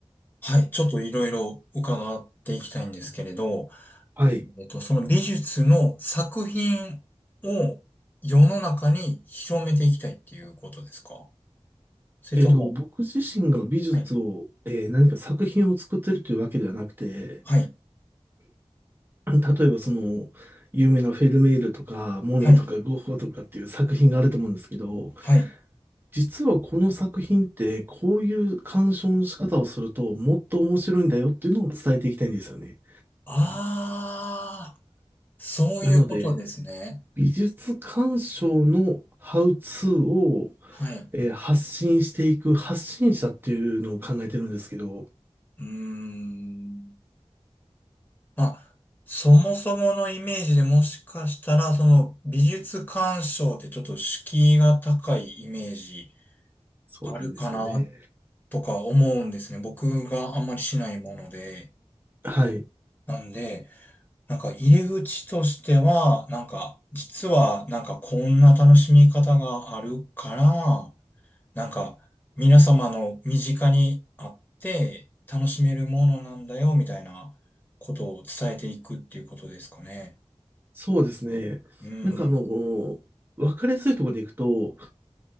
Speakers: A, on the left; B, on the right.
A: はい。ちょっといろいろ伺っていきたいんですけれど、
B: はい。
A: えっと、その美術の作品を世の中に広めていきたいっていうことですかそれとも、
B: えっと、僕自身が美術を、
A: はい、
B: えー何か作品を作ってるというわけではなくて、
A: はい、
B: 例えばその、有名なフェルメールとか、モネとかゴッホとかっていう作品があると思うんですけど、
A: はい、はい。
B: 実はこの作品ってこういう鑑賞の仕方をするともっと面白いんだよっていうのを伝えていきたいんですよね。
A: ああ、そういうことですね。
B: なので、美術鑑賞のハウツーを、
A: はい。う
B: えー発信していく発信者っていうのを考えてるんですけど、
A: ーん。まあ、そもそものイメージでもしかしたら、その美術鑑賞ってちょっと敷居が高いイメージ
B: そうなんですよね。
A: あるかなとか思うんですね。僕があんまりしないもので。
B: はい。
A: なんで、なんか入り口としては、なんか、実はなんかこんな楽しみ方があるから、なんか、皆様の身近にあって楽しめるものなんだよ、みたいなことを伝えていくっていうことですかね。
B: そうですね。
A: うん。
B: なんかあの、わかりやすいところでいくと、